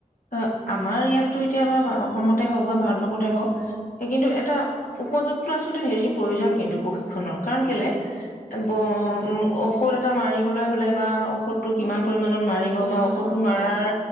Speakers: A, on the left; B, on the right.
A: অ আমাৰ ইয়াততো এতিয়া হয় বাৰু অসমতে হওঁক বা ভাৰতবৰ্ষতে হওঁক। এই কিন্তু এটা উপযুক্ত আচলতে হেৰিৰ প্ৰয়োজন কিন্তু প্ৰশিক্ষণৰ কাৰণ কেলে <unintelligible>
B: প্ৰয়োজন
A: ঔষধ এটা মাৰিবলৈ হলে বা ঔষধটো কিমান পৰিমানত মাৰিব
B: পৰিমাণৰ
A: বা ঔষধটো
B: হ'ব
A: মাৰাৰ
B: লাগিব